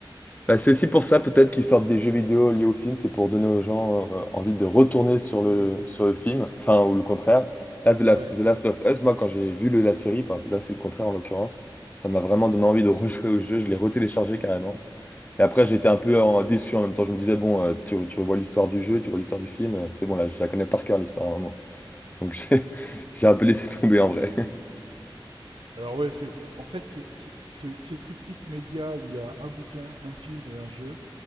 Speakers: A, on the left (about 20°); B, on the right (about 75°).
A: Bah, c'est aussi pour ça peut-être qu'ils sortent des jeux vidéo liés au film, c'est pour donner aux gens euh, envie de retourner sur le, sur le film, enfin ou le contraire. Là, The Last,
B: Ouais.
A: The Last of Us, moi quand j'ai vu le- la série, parce que là c'est le contraire en l'occurrence, ça m'a vraiment donné envie de <laughs> rejouer au jeu, je l'ai retéléchargé carrément. Et après j'étais un peu en- déçu en même temps, je me disais bon, euh, tu, tu vois l'histoire du jeu, tu vois l'histoire du film, euh, c'est bon là, je la connais par cœur l'histoire vraiment. Donc <laughs> j'ai j'ai un peu laissé tomber en vrai. <laughs>
B: Alors ouais, c'est en fait c'est- c'est- c'est- ces triptyques médias où il y a un bouquin, un film et un jeu,